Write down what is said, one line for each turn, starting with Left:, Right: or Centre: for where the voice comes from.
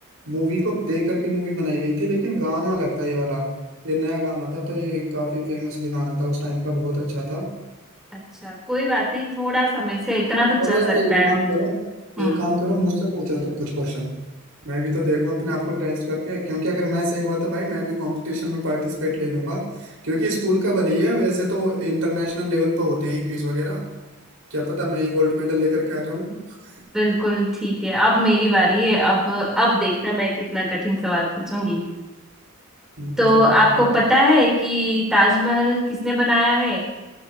Right: मूवी को देख करके मूवी बनाई गई थी लेकिन गाना लगता है ये वाला ये नया गाना था तो ये काफी फेमस भी गाना था उस टाइम का बहुत अच्छा था
Centre: अच्छा कोई बात नहीं थोड़ा समय से इतना तो
Right: चलो
Centre: चल
Right: यार
Centre: सकता
Right: एक
Centre: है
Right: काम करो
Centre: हम्म
Right: एक काम करो मुझसे पूछो तुम कुछ क्वेश्चन मैं भी तो देखूं अपने आप को टेस्ट करके क्योंकि अगर मैं सही हुआ तो भाई मैं भी कंपटीशन में पार्टिसिपेट ले लूंगा क्योंकि स्कूल का भले ही है वैसे तो इंटरनेशनल लेवल पर होते हैं क्विज वगैरह क्या पता मैं ही गोल्ड मेडल लेकर के आ जाऊं <laughs>
Centre: बिल्कुल ठीक है अब मेरी बारी है अब अब देखना मैं कितना कठिन सवाल पूछूंगी
Right: हम्म,
Centre: तो
Right: ठीक है
Centre: आपको
Right: पता कर
Centre: पता है कि ताजमहल किसने बनाया है